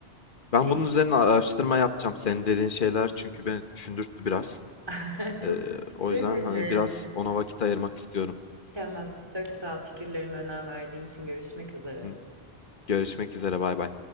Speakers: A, on the left; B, on the right.
A: Ben
B: Peki,
A: bunun üzerine araştırma yapacağım. Senin dediğin şeyler çünkü beni düşündürttü biraz.
B: <laughs> Çok
A: Ee,
B: teşekkür
A: o yüzden
B: ederim.
A: hani biraz ona vakit ayırmak istiyorum.
B: Tamam. Çok sağ ol fikirlerime önem verdiğin için. Görüşmek üzere.
A: Hı. Görüşmek üzere, bay bay.